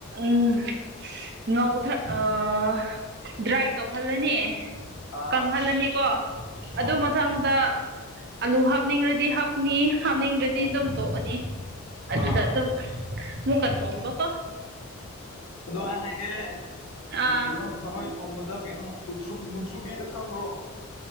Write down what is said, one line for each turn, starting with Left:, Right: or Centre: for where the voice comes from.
Right: ꯎꯝ ꯉꯧ ꯑꯥ ꯗ꯭ꯔꯥꯏ ꯇꯧꯍꯜꯂꯅꯤ꯫
Left: ꯑꯥ
Right: ꯀꯪꯍꯜꯂꯅꯤꯀꯣ
Left: ꯍꯣꯏ
Right: ꯑꯗꯨ
Left: ꯍꯣꯏ
Right: ꯃꯊꯪꯗ ꯑꯂꯨ ꯍꯞ ꯄꯨꯛꯅꯤꯡꯑꯗꯤ ꯍꯞꯀꯅꯤ꯫ ꯍꯥꯞꯅꯤꯡꯗ꯭ꯔꯗꯤ
Left: ꯎꯝ
Right: ꯑꯗꯨꯝ ꯇꯣꯛꯑꯅꯤ ꯑꯗꯨꯗ
Left: ꯑꯥ
Right: ꯑꯗꯨꯝ ꯃꯨꯛꯀ ꯊꯣꯡꯕꯀꯣ꯫
Left: ꯑꯗꯨ ꯍꯦ
Right: ꯑꯥ
Left: ꯑꯅꯣ ꯊꯣꯔꯣ ꯊꯣꯡꯕꯗ ꯀꯩꯅꯣ ꯎꯊꯨꯔ ꯃꯨꯊ꯭ꯔꯨꯕꯤꯗꯨ ꯀꯪꯕ꯭ꯔꯣ꯫